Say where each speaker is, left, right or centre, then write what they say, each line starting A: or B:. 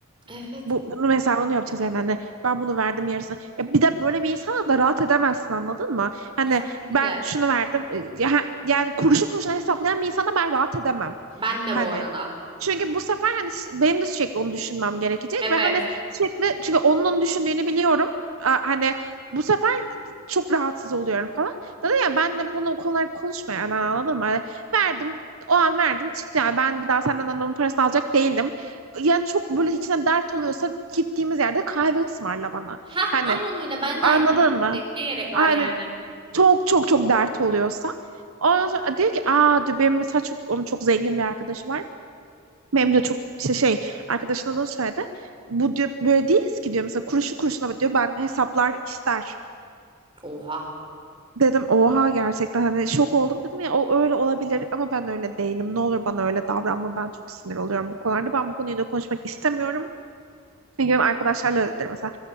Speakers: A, on the right; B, on the right.
A: Evet
B: bu, bunun hesabını yapacağız yani hani ben bunu verdim yarısını. Ya bir de böyle bir insana da rahat edemezsin anladın mı? Hani
A: kesinlikle.
B: ben şunu verdim e, ha- yani kuruşu kuruşuna hesaplayan bir insana ben rahat edemem.
A: Ben de
B: Hani
A: bu arada.
B: çünkü bu sefer hani ş- benim de sürekli onu düşünmem gerekecek
A: Evet.
B: ve hani sürekli çünkü onun onu düşündüğünü biliyorum. A- Hani bu sefer çok rahatsız oluyorum falan. Dedi ya ben de bunu kolay konuşma yani anladın mı? Yani verdim o an verdim çıktı yani ben bir daha senden annemin parasını alacak değilim. Yani çok böyle içine dert oluyorsa gittiğimiz yerde kahve ısmarla bana.
A: Hah
B: Hani
A: aynen öyle. Ben de
B: anladın
A: aynı mantıktayım.
B: mı?
A: Ne gerek var
B: Hani
A: yani?
B: çok çok çok dert oluyorsa. Ondan sonra diyor ki aa diyor benim mesela çok onun çok zengin bir arkadaşı var. Benim de çok işte şey arkadaşının adını söyledi. Bu diyor böyle değiliz ki diyor mesela kuruşu kuruşuna diyor ben hesaplar ister.
A: Oha.
B: Dedim oha gerçekten hani şok oldum dedim ya o öyle olabilir ama ben öyle değilim. Ne olur bana öyle davranma ben çok sinir oluyorum bu konularda. Ben bu konuyu da konuşmak istemiyorum. Ne gibi arkadaşlarla öyledir mesela.